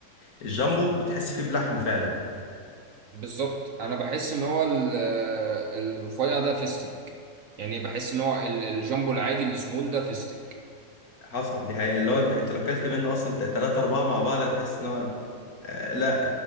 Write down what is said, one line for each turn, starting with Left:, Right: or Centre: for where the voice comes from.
Left: الجامبو بتحس فيه بلحمة فعلا
Right: بالظبط انا بحس ان هو ال- الرفيع ده فيستك يعني بحس ان هو ال- الجامبو العادي السمول ده فيستك
Left: حصل دي حقيقة اللي هو انت انت لو كلت منه اصلا ت- تلاتة اربعة مع بعض هتحس ان هو آه، لا